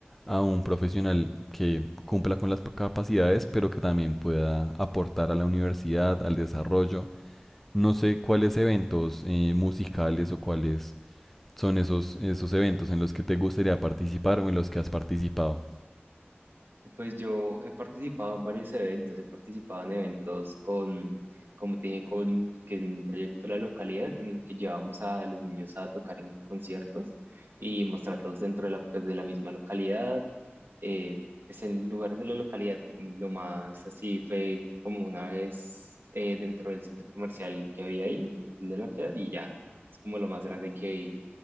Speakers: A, in the centre; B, on the right (about 60°).
A: a un profesional que cumpla con las capacidades, pero que también pueda aportar a la universidad, al desarrollo. No sé cuáles eventos eh, musicales o cuáles son esos, esos eventos en los que te gustaría participar o en los que has participado.
B: Pues yo he participado en varios eventos, he participado en eventos con, como te dije, con que en un proyecto de la localidad en el que llevábamos a los niños a tocar en conciertos y mostrarlos dentro de la, pues, de la misma localidad. Eh, pues en lugares de la localidad, lo más así fue como una vez eh, dentro del centro comercial que había ahí, de la localidad, y ya, es como lo más grande que,